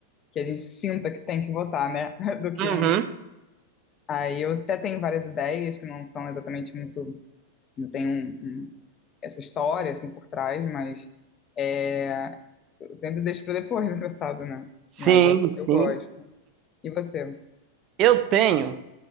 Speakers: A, on the left (about 30°); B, on the right (about 35°).
A: que a gente sinta que tem que botar, né? <laughs> Do que
B: uhum.
A: um Aí eu até tenho várias ideias que não são exatamente muito. Não tem um, um- essa história assim por trás, mas é, eu sempre deixo para depois, <laughs> engraçado, né?
B: Sim,
A: Mas eu,
B: sim.
A: eu gosto. E você?
B: Eu tenho